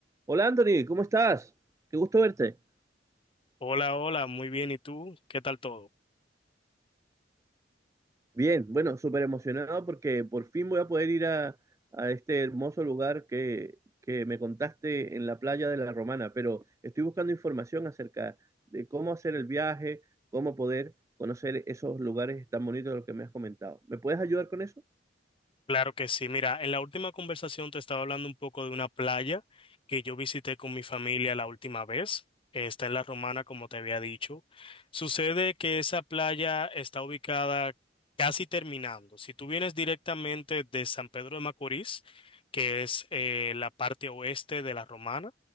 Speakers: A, on the right; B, on the left.
A: Hola Anthony, ¿cómo estás? Qué gusto verte.
B: Hola, hola, muy bien. ¿Y tú? ¿Qué tal todo?
A: Bien, bueno, súper emocionado porque por fin voy a poder ir a, a este hermoso lugar que, que me contaste en la playa de La Romana, pero estoy buscando información acerca de cómo hacer el viaje, cómo poder conocer esos lugares tan bonitos de los que me has comentado. ¿Me puedes ayudar con eso?
B: Claro que sí. Mira, en la última conversación te estaba hablando un poco de una playa que yo visité con mi familia la última vez. Eh, Está en La Romana, como te había dicho. Sucede que esa playa está ubicada casi terminando. Si tú vienes directamente de San Pedro de Macorís, que es eh, la parte oeste de La Romana,